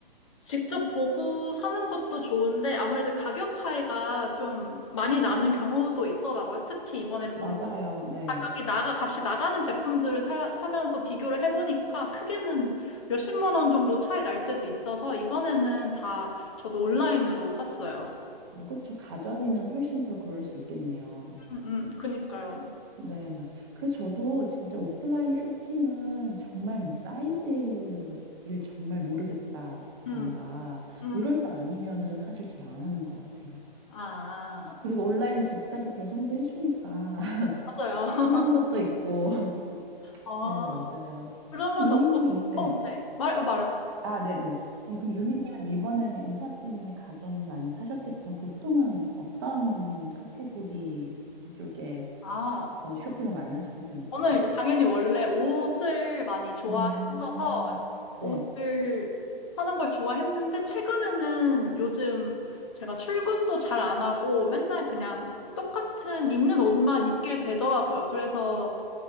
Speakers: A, on the left; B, on the right.
A: 직접 보고 사는 것도 좋은데 아무래도 가격 차이가 좀 많이 나는 경우도 있더라고요. 특히 이번에
B: 맞아요.
A: 좀
B: 네.
A: 가격이 나가, 값이 나가는 제품들을 사, 사면서 비교를 해보니까 크게는 몇십만 원 정도 차이 날 때도 있어서 이번에는 다 저도 온라인으로 샀어요.
B: 어, 그쵸. 가전이면 훨씬 더 그럴 수 있겠네요.
A: 음, 음, 그니까요.
B: 네, 맞아요. 그래서 저도 진짜 오프라인 쇼핑은 정말 뭐 사이즈를 정말 모르겠다던가
A: 음, 음,
B: 뭐 이럴 때 아니면은 사실 잘 안 하는 것 같아요.
A: 아, 아,
B: 그리고
A: 아.
B: 온라인은 집까지 배송도 해주니까 <laughs>
A: 맞아요. <laughs>
B: 편한 것도 있고. <laughs>
A: 어,
B: 네, 맞아요.
A: 그러면,
B: 그럼 유미님은
A: 어,
B: 이- 네.
A: 어, 네. 말, 말해.
B: 아, 네네네. 아니, 그럼 유미님은 이번에는 이사 때문에 가전을 많이 사셨겠지만 보통은 어떤 카테고리 쪽에서
A: 아.
B: 쇼핑을 많이 하시는 편이세요?
A: 저는 이제 당연히 원래 옷을 많이 좋아했어서
B: 음, 네.
A: 옷을 사는 걸 좋아했는데 최근에는 요즘 제가 출근도 잘 안 하고 맨날 그냥 똑같은 입는 옷만 입게 되더라고요. 그래서